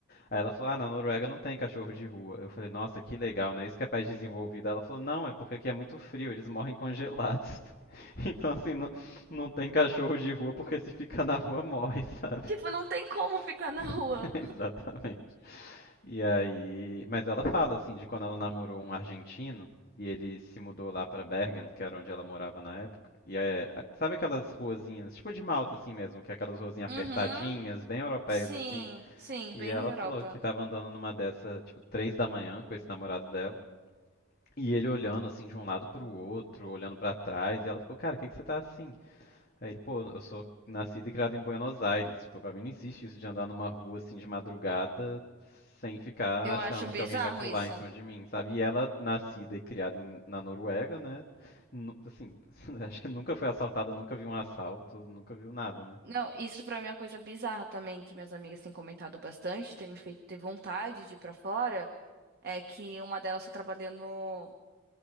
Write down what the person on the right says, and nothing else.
Tipo, não tem como ficar
na rua.
Uhum,
sim,
sim,
bem
Europa.
Eu
acho bizarro
isso.
Não, isso pra mim é uma coisa bizarra também, que minhas amigas têm comentado bastante, tem me feito ter vontade de ir pra fora. É que uma delas só trabalha no.